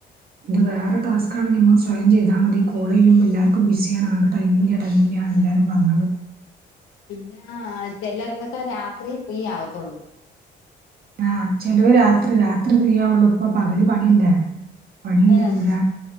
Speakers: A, on the right; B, on the left.
A: ഇത് വേറെ ട്ടാസ്ക് ആണെങ്കി നമ്മൾ സ്വയം ചെയ്‌ത മതി കോളോയ്യുമ്പോ എല്ലാർക്കും ബിസി ആണ് ആകെ ടൈമില്ല ടൈമില്ലാ എല്ലാരും പർഞ്ഞത്
B: പിന്നെ ചിലർക്കൊക്കെ രാത്രി ഫ്രീ ആവത്തുള്ളൂ
A: ആഹ് ചെലലൊവര് രാത്രി രാത്രി ഫ്രീയാവുള്ളൂ ഇപ്പൊ പകല് പണിയല്ലേ പണി
B: ഉം
A: കഴൂല